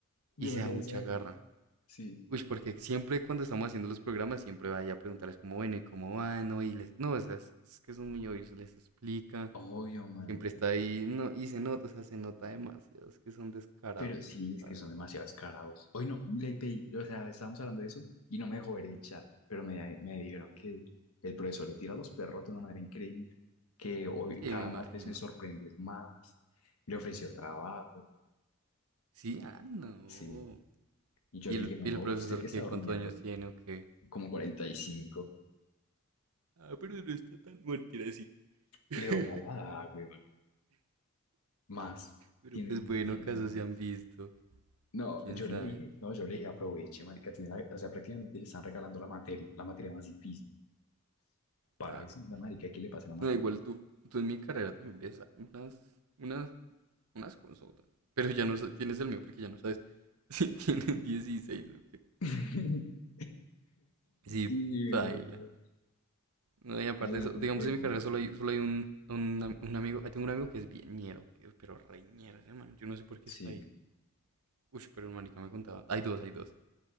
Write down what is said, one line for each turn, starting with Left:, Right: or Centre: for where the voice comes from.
Left: demasiado
Right: Y se da mucha
Left: exagerado.
Right: garra.
Left: Sí,
Right: Uy, porque siempre cuando estamos haciendo los programas, siempre vaya a preguntarles como, bueno, ¿y cómo van? No, y les... No, o sea, es, es que son muy obvios, se les explica.
Left: obvio, marica.
Right: Siempre está ahí, no, y se nota, o sea, se nota demasiado, es que son descarados,
Left: Pero sí, es
Right: la
Left: que
Right: verdad.
Left: son demasiado carados. Hoy no, le pedí, o sea, estábamos hablando de eso y no me dejó ver el chat, pero me, me dijeron que el profesor le tira a los perros de una manera increíble, que hoy,
Right: Sí,
Left: cada
Right: me imagino.
Left: martes me sorprendes más. Le ofreció trabajo,
Right: Sí, ah, no.
Left: sí. Y yo
Right: ¿Y
Left: le
Right: el,
Left: dije, no,
Right: y
Left: usted
Right: el profesor
Left: que
Right: qué?
Left: está durmiendo,
Right: ¿Cuántos años tiene o qué?
Left: como 45,
Right: Ah, pero no está tan mentira así. <laughs>
Left: le dobla la edad, weón. Más,
Right: Pero
Left: tiene,
Right: pues bueno,
Left: tiene,
Right: casos
Left: no,
Right: se han visto,
Left: no,
Right: quién
Left: yo
Right: sabe.
Left: le dije, no, yo le dije, aproveche, marica, tiene la- o sea, prácticamente le están regalando la materia, la materia más difícil. Parle
Right: Claro.
Left: sí, la marica, ¿qué le pasa a la materia?
Right: No, igual tú, tú en mi carrera también ves unas, unas, unas consultas. Pero ya no sa- tienes el mío porque ya no sabes <laughs> si tienen 16 o qué.
Left: <laughs>
Right: Sí,
Left: Sí,
Right: baila.
Left: obvio.
Right: No, y aparte,
Left: Ahí
Right: de
Left: no
Right: eso,
Left: como
Right: digamos,
Left: que
Right: en
Left: duda.
Right: mi carrera solo hay, solo hay un, un, am- un amigo. ahí Tengo un amigo que es bien ñero, que- pero reñero ese man. Yo no sé por qué
Left: Sí,
Right: está ahí. Uy, pero el marica me contaba. Hay dos, hay dos.